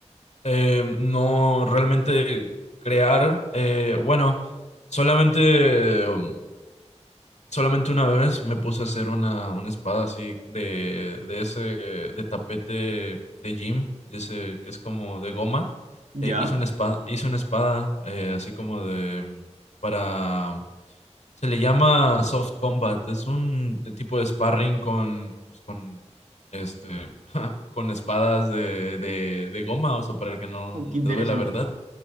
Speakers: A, on the left (about 70°); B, on the right (about 85°).
A: Eh, no realmente crear, eh, bueno, solamente, um, solamente una vez me puse a hacer una, una espada así de, de ese, de tapete de gym, de ese que es como de goma.
B: Ya,
A: Eh, hice una espada, hice una espada eh, así como de, para Se le llama soft combat. Es un eh, tipo de sparring con, pues, con, este, <laughs> con espadas de, de, de goma, o sea, para que no,
B: Oh,
A: no
B: qué interesante.
A: te duele la verdad.